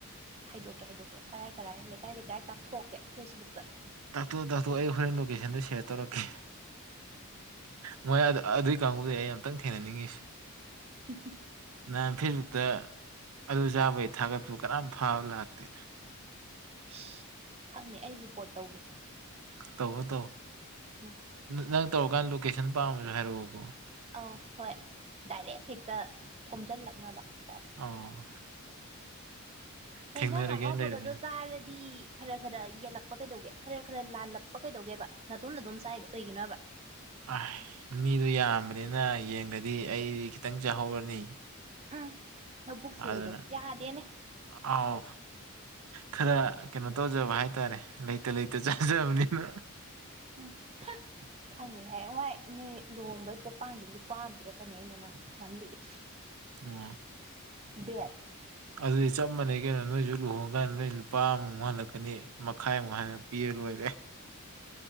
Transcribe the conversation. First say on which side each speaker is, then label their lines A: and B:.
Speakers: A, on the right; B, on the right.
A: ꯍꯥꯏꯗꯣꯛꯀꯦ ꯍꯥꯏꯗꯣꯛꯀꯦ ꯀꯔꯥꯏ ꯀꯔꯥꯏ ꯂꯩꯀꯥꯏ ꯂꯩꯀꯥꯏ ꯇꯥꯛꯊꯣꯛꯑꯀꯦ ꯐꯦꯁꯕꯨꯛꯇ
B: ꯗꯥꯛꯇꯣ ꯗꯥꯛꯇꯣ ꯑꯩ ꯍꯣꯔꯦꯟ ꯂꯣꯀꯦꯁꯟꯗꯣ ꯁꯦꯔ ꯇꯧꯔꯛꯀꯦ ꯃꯣꯏ ꯑꯗꯨ ꯑꯗꯨꯒꯤ ꯀꯥꯡꯕꯨꯗꯤ ꯑꯩ ꯑꯇꯪ ꯊꯦꯡꯅꯅꯤꯡꯉꯁꯤ
A: ꯎꯝ
B: ꯅꯍꯥꯟ ꯐꯦꯁꯕꯨꯛꯇ ꯑꯗꯨ ꯆꯥꯕꯒꯤ ꯊꯥꯒꯠꯄꯨ ꯀꯔꯝ ꯐꯥꯕ ꯂꯥꯛꯇꯦ
A: ꯏꯁ ꯈꯪꯅꯤ ꯑꯩ ꯔꯤꯄꯣꯔꯠ ꯇꯧꯒꯦ
B: ꯇꯧꯕ ꯇꯧ
A: ꯎꯝ
B: ꯅꯪ ꯇꯧꯔꯀꯥꯟꯗ ꯂꯣꯀꯦꯁꯟ ꯄꯥꯝꯃꯁꯨ ꯍꯥꯏꯔꯛꯑꯣꯀꯣ
A: ꯑꯧ ꯍꯣꯏ ꯗꯥꯏꯔꯦꯛ ꯍꯦꯛꯇ ꯊꯣꯝꯖꯤꯜꯂꯛꯅꯕ ꯆꯁ
B: ꯑꯣ
A: ꯍꯦꯟꯖꯥꯡ
B: ꯊꯦꯡꯅꯔꯒꯦꯅ
A: ꯑꯍꯥꯎꯕꯒꯗꯣ
B: ꯂꯩꯔꯕꯅꯤꯅ
A: ꯆꯥꯔꯗꯤ ꯈꯔ ꯈꯔ ꯌꯦꯜꯂꯛꯄ ꯀꯩꯗꯧꯒꯦ ꯈꯔ ꯈꯔ ꯂꯥꯜꯂꯛꯄ ꯀꯩꯗꯧꯒꯦꯕ ꯅꯅꯥꯇꯣꯝꯅ ꯑꯗꯨꯝ ꯆꯥꯏꯗꯣ ꯀꯩꯒꯤꯅꯣꯕ
B: ꯑ ꯃꯤꯗꯨꯣ ꯌꯥꯝꯕꯅꯤꯅ ꯌꯦꯡꯒꯗꯤ ꯑꯩ ꯈꯤꯇꯪ ꯆꯥꯍꯧꯔꯅꯤ
A: ꯎꯝ ꯅꯕꯨꯛ ꯆꯦꯜꯗꯣ
B: ꯑꯗꯨꯅ
A: ꯌꯥꯗꯦꯅꯦ
B: ꯑꯥꯎ ꯈꯔ ꯀꯩꯅꯣ ꯇꯧꯖꯕ ꯍꯥꯏꯇꯥꯔꯦ ꯂꯩꯇ ꯂꯩꯇ ꯆꯥꯖꯕꯅꯤꯅ
A: ꯎꯝ ꯈꯪꯅꯤ ꯍꯥꯏ ꯋꯥꯏ ꯅꯣꯏ ꯂꯨꯍꯣꯡꯕꯩ ꯄꯣꯛꯄꯥꯡꯗ ꯂꯨꯄꯥ ꯑꯃ ꯄꯤꯔꯛꯀꯅꯤ ꯑꯩꯅ ꯅꯪ ꯌꯥꯝ ꯂꯤꯛꯏ
B: ꯑꯣꯝ
A: ꯕꯦꯠ
B: ꯑꯗꯨꯗꯤ ꯆꯞ ꯃꯥꯟꯅꯩ ꯀꯩꯅꯣ ꯅꯣꯏꯁꯨ ꯂꯨꯍꯣꯡ ꯀꯥꯟꯗ ꯅꯣꯏ ꯂꯨꯄꯥ ꯑꯃꯨꯛꯨꯛ ꯍꯜꯂꯛꯀꯅꯤ ꯃꯈꯥꯏꯃꯨꯛ ꯍꯥꯏꯅ ꯄꯤꯔ ꯂꯣꯏꯔꯦ